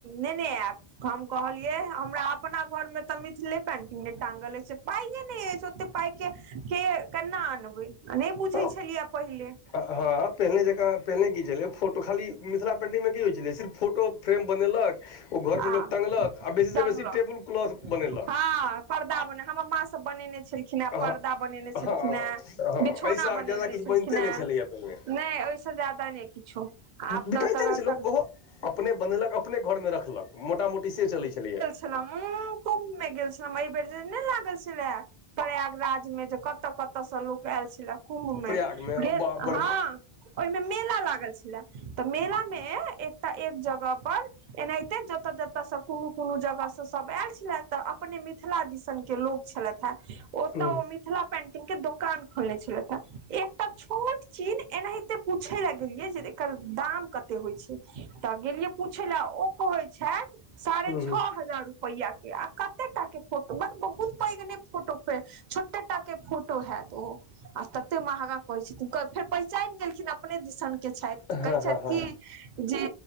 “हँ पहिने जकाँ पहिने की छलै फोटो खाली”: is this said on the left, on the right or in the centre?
Left